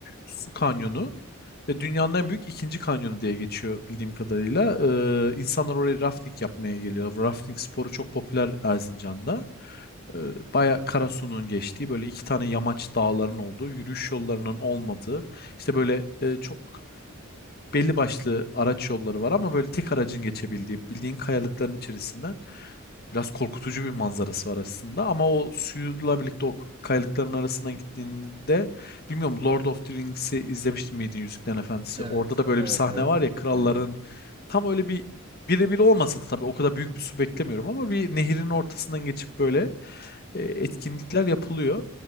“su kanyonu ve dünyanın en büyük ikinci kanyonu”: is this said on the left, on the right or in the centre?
Left